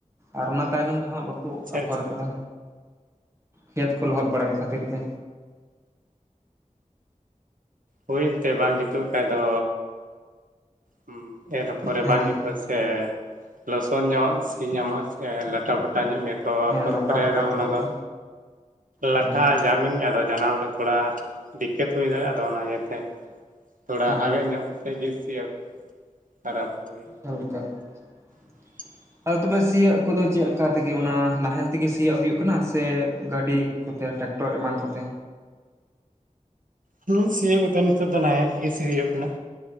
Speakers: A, on the right; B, on the right.
A: ᱟᱨ ᱚᱱᱟ ᱛᱟᱭᱱᱚᱢ ᱫᱚ ᱦᱟᱸᱜ ᱵᱟᱠᱚ
B: ᱟᱪᱪᱷᱟ
A: ᱟᱯᱷᱚᱨ
B: ᱟᱪᱪᱷᱟ
A: ᱠᱟᱫᱟ ᱠᱷᱮᱛ ᱠᱚ ᱞᱚᱦᱚᱫ ᱵᱟᱲᱟᱭ ᱠᱷᱟᱹᱛᱤᱨ ᱛᱮ
B: ᱦᱩᱭᱮᱱᱛᱮ ᱵᱟᱝ ᱡᱩᱛᱩᱜ ᱠᱷᱟᱡ ᱫᱚ ᱦᱩᱸ ᱮᱨᱚᱯᱚᱨᱮ
A: ᱦᱮᱸ
B: ᱵᱟᱝ ᱡᱩᱛᱩᱜᱼᱟ ᱥᱮ ᱞᱚᱥᱚᱱ ᱧᱚᱜ ᱥᱤ ᱧᱟᱢᱚᱜᱼᱟ ᱮ ᱞᱟᱴᱟᱯᱴᱟ ᱧᱚᱜ ᱜᱮᱛᱚ
A: ᱦᱮᱸ
B: ᱟᱯᱷᱚᱨ
A: ᱞᱟᱴᱟ
B: ᱠᱚᱨᱮ
A: ᱯᱟᱴᱟ
B: ᱫᱚ
A: ᱠᱷᱟᱹᱛᱤᱨ
B: ᱚᱱᱟ ᱫᱚ
A: ᱛᱮ
B: ᱞᱟᱴᱷᱟ
A: ᱦᱮᱸ
B: ᱡᱟᱢᱮᱱ ᱜᱮ ᱟᱫᱚ ᱡᱟᱱᱟᱢ ᱨᱮ ᱛᱷᱚᱲᱟ ᱫᱤᱠᱠᱟᱛ ᱦᱩᱭ ᱫᱟᱲᱮᱭᱟᱜᱼᱟ ᱟᱫᱚ ᱚᱱᱟ ᱤᱭᱟᱹᱛᱮ ᱛᱷᱚᱲᱟ
A: ᱦᱮᱸ
B: ᱦᱟᱣᱮᱫ ᱧᱚᱜ ᱠᱟ ᱠᱟᱛᱮᱫ ᱜᱮ <unintelligible> ᱠᱷᱟᱨᱟᱯ ᱦᱩᱭ
A: <inaudible>
B: <inaudible>
A: ᱟᱫᱚ ᱛᱚᱵᱮ ᱥᱤᱭᱳᱜ ᱠᱚᱫᱚ ᱪᱮᱫ ᱞᱮᱠᱟ ᱛᱮᱜᱮ ᱚᱱᱟ ᱱᱟᱦᱮᱞ ᱛᱮᱜᱮ ᱥᱤᱭᱳᱜ ᱦᱩᱭᱩᱜ ᱠᱟᱱᱟ ᱥᱮ ᱜᱟᱹᱰᱤ ᱠᱚᱛᱮ ᱴᱮᱠᱴᱚᱨ ᱮᱢᱟᱱ ᱠᱚᱛᱮ
B: ᱦᱩᱸ ᱥᱤᱭᱳᱜ ᱠᱚᱛᱮ ᱱᱤᱛᱚᱜ ᱫᱚ ᱱᱟᱦᱮᱞ ᱛᱮᱜᱮ ᱥᱤ ᱦᱩᱭᱩᱜ ᱠᱟᱱᱟ